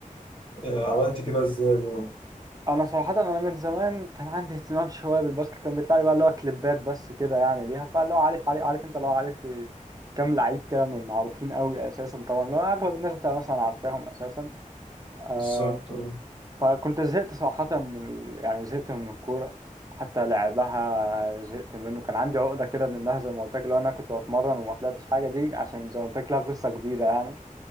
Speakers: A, on the left; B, on the right.
A: آه، عملت كده ازاي آه،
B: انا صراحه انا من زمان كان عندي اهتمام شويه بالباسكت كان بيطلع لي بقى اللي هو كليبات بس كده يعني ليها فاللي هو عارف عارف, عارف انت اللي هو عارف لي كام لعيب كده من المعروفين قوي اساسا طبعا اللي هو اغلب الناس بتبقى مثلا عارفاهم اساسا آه،
A: بالظبط اه
B: فكنت زهقت صراحة من ال... يعني زهقت من الكورة حتى لعبها زهقت منه كان عندي عقدة كده منها زي ما قلت لك لو أنا كنت بتمرن وما طلعتش حاجة دي عشان زي ما قلت لك لها قصة كبيرة يعني